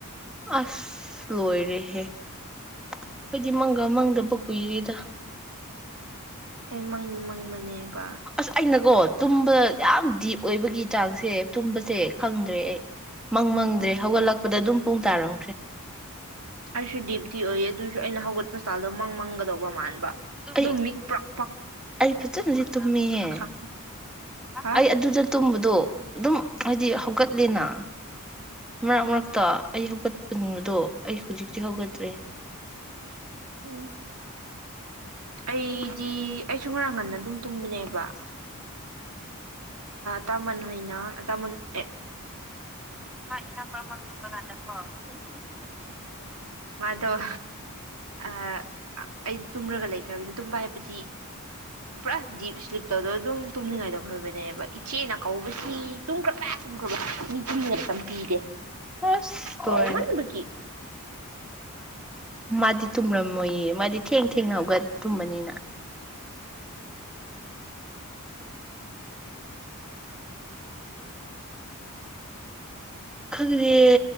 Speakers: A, in the centre; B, on the right.
A: ꯑꯁ ꯂꯣꯏꯔꯦꯍꯦ ꯑꯩꯣꯏꯗꯤ ꯃꯪꯒ ꯃꯪꯗꯕ ꯀꯨꯏꯔꯦꯗ
B: ꯑꯩ ꯃꯪꯗꯤ ꯃꯪꯕꯅꯦꯕ
A: ꯑꯁ ꯑꯩꯅꯀꯣ ꯇꯨꯝꯕ ꯌꯥꯝ ꯗꯤꯞ ꯑꯣꯏꯕꯒꯤ ꯆꯥꯛꯁꯦ ꯇꯨꯝꯕꯁꯦ ꯈꯪꯗ꯭ꯔꯦ ꯑꯩ ꯃꯪ ꯃꯪꯗ꯭ꯔꯦ ꯍꯧꯒꯠꯂꯛꯄꯗ ꯑꯗꯨꯝ ꯄꯨꯡ ꯇꯥꯔꯝ
B: ꯑꯩꯁꯨ ꯗꯤꯞꯇꯤ ꯑꯣꯏꯌꯦ ꯑꯗꯨꯁꯨ ꯑꯩꯅ ꯍꯧꯒꯠꯄ ꯁꯇꯥꯜꯗꯣ ꯃꯪ ꯃꯪꯒꯗꯧꯕ ꯃꯥꯟꯕ
A: ꯑꯩ
B: ꯑꯗꯨꯝ ꯃꯤꯛ ꯄ꯭ꯔꯣꯛ
A: ꯑꯩ ꯐꯖꯅꯗꯤ ꯇꯨꯝꯃꯤꯍꯦ
B: ꯈꯪ ꯍꯥ
A: ꯑꯩ ꯑꯗꯨꯗ ꯕꯗꯣ ꯑꯗꯨꯝ ꯍꯥꯏꯗꯤ ꯍꯧꯒꯠꯂꯦꯅ ꯃꯔꯛ
B: ꯎꯝ
A: ꯃꯔꯛꯇꯣ ꯑꯩ ꯍꯧꯒꯠ <unintelligible> ꯑꯩ ꯍꯧꯖꯤꯛꯇꯤ ꯍꯧꯒꯠꯇ꯭ꯔꯦ
B: ꯎꯝ ꯑꯩ ꯑꯩꯁꯨ ꯉꯔꯥꯡ ꯉꯟꯅ ꯑꯗꯨꯝ ꯇꯨꯝꯕꯅꯦꯕ ꯇꯥꯃꯟ ꯍꯣꯏꯅ ꯇꯥꯃꯟ ꯑꯦ
A: ꯀꯩꯅꯣꯝꯃ ꯏꯌꯥꯝꯕ ꯑꯃ ꯍꯟꯕ ꯀꯥꯟꯗꯀꯣ
B: ꯃꯗꯣ ꯑ ꯑꯩ ꯆꯨꯝꯔꯒ ꯂꯩ <unintelligible> ꯇꯨꯝꯕ ꯍꯥꯏꯕꯗꯤ ꯄꯨꯔꯥ ꯗꯤꯞ ꯏꯁꯂꯤꯞꯇꯣ ꯑꯗ ꯑꯗꯨꯝ ꯇꯨꯝꯅꯤꯡꯉꯥꯏꯗꯧꯈ꯭ꯔꯕꯅꯦꯕ ꯏꯆꯦꯅ ꯀꯧꯕꯁꯤ ꯇꯨꯝꯈ꯭ꯔ ꯄ ꯇꯨꯝꯈ꯭ꯔꯕ <unintelligible> ꯄꯤꯗꯦ
A: ꯑꯁ
B: ꯀꯧꯃꯟꯕꯒꯤ
A: ꯂꯣꯏꯔꯦ ꯃꯥꯗꯤ ꯇꯨꯝꯔꯝꯃꯣꯏꯌꯦ ꯃꯥꯗꯤ ꯊꯦꯡ ꯊꯦꯡꯅ ꯍꯧꯒ ꯇꯨꯝꯕꯅꯤꯅ ꯈꯪꯗꯤꯌꯦ